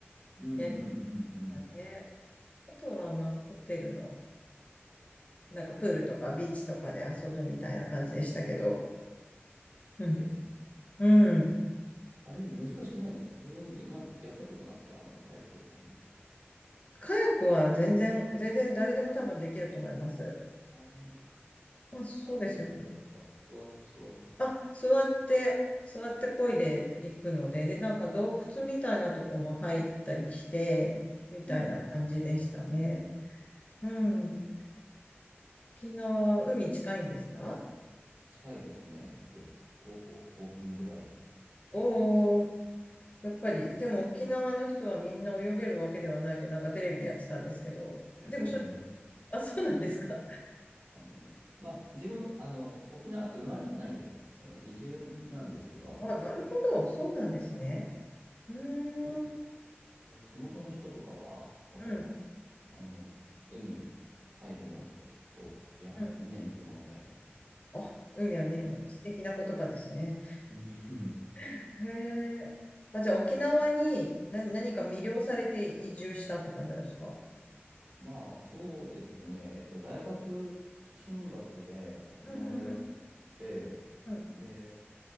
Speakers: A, on the right; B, on the left.
A: うんうんうんうん。
B: やりましたね。あとは、まあ、ホテルの、なんかプールとかビーチとかで遊ぶみたいな感じでしたけど、うん
A: いいですね。
B: うん。
A: あれ、難しくないんですか自分、まだやったことなくて、あの、カヤックみたいなやつって。
B: カヤックは全然、全然誰でも多分できると思います。
A: あー
B: まあ、そうですよね。
A: 立って漕ぐんですか座、座る。
B: あ、座って、座って漕いでいくので、で、なんか洞窟みたいなとこも入ったりして、みたいな感じでしたね。
A: うん。
B: うん。沖縄、海近いんですか
A: 近いですね。えっと、徒歩5分ぐらい
B: おー、
A: です。
B: やっぱり、でも沖縄の人はみんな泳げるわけではないと、なんかテレビでやってたんですけど、
A: いや、
B: でもしょ、
A: そうなんですよ。
B: あ、そうなんですか。
A: あの、まあ、自分、あの、沖縄生まれじゃないんですよね。その移住なんですけど、
B: あ、なるほど、そうなんですね。
A: はい。
B: うーん、
A: こう地元の人とかは、だから、
B: うん。
A: あの、海入るのとか聞くと、いや、
B: うん
A: 海は見るものだよ、みたいな
B: あ、海は見るもの。
A: 感じ。
B: 素敵な言葉ですね。
A: うん
B: へえ。あ、じゃあ沖縄に何、何か魅了されて移住したって感じなんですか
A: まあ、そうですね。えっと、大学進学で沖縄の大学に行って、
B: うん、うん、うん、
A: で、